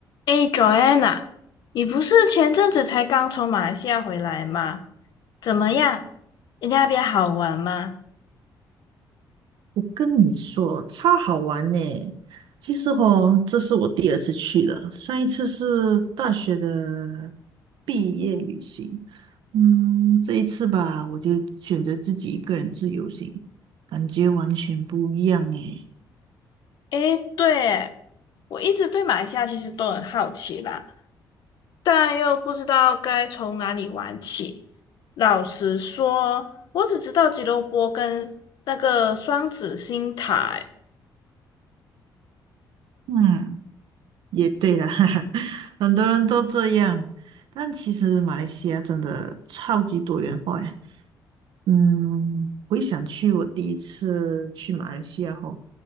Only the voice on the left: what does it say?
诶 j o a n n a 你不是前阵子才刚从马来西亚回来吗？怎么样？你那边好玩吗？
诶，对，我一直对马来西亚其实都很好奇啦，但又不知道该从哪里玩起。老实说，我只知道吉隆坡跟那个双子星塔。